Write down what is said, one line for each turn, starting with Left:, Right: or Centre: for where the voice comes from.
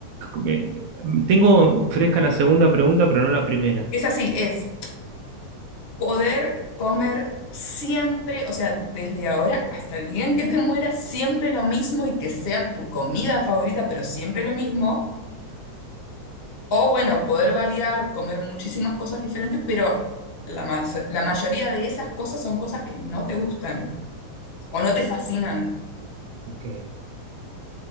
Right: me- tengo fresca la segunda pregunta, pero no la primera.
Left: Es así, es. poder comer siempre, o sea, desde ahora hasta el día en que te mueras, siempre lo mismo y que sea tu comida favorita, pero siempre lo mismo. O bueno, poder variar, comer muchísimas cosas diferentes, pero la, ma- la mayoría de esas cosas son cosas que no te gustan o no te fascinan.
Right: Ok,